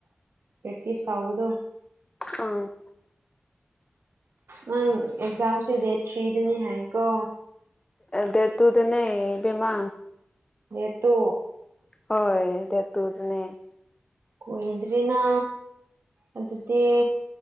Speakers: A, on the right; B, on the left.
A: ꯄ꯭ꯔꯦꯛꯇꯤꯁ ꯇꯧꯕꯗꯣ
B: ꯎꯝ
A: ꯅꯪ ꯑꯦꯛꯖꯥꯝꯁꯦ ꯗꯦꯠ ꯊ꯭ꯔꯤꯗꯅꯤ ꯍꯥꯏꯀꯣ
B: ꯗꯦꯠ ꯇꯨꯗ ꯅꯦ ꯏꯕꯦꯝꯃ
A: ꯗꯦꯠ ꯇꯨ
B: ꯍꯣꯏ ꯗꯦꯠ ꯇꯨꯗꯅꯦ
A: ꯀꯣꯏꯗ꯭ꯔꯤꯅ ꯑꯗꯨꯗꯤ